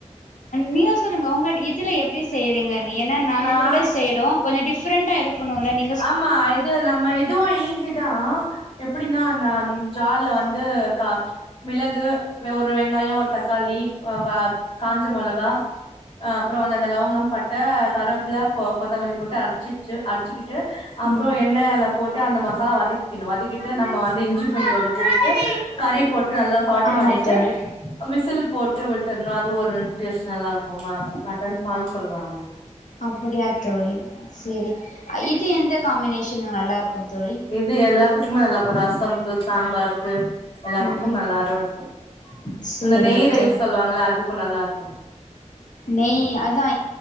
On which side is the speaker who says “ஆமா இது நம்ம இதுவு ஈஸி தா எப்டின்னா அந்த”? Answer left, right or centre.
Left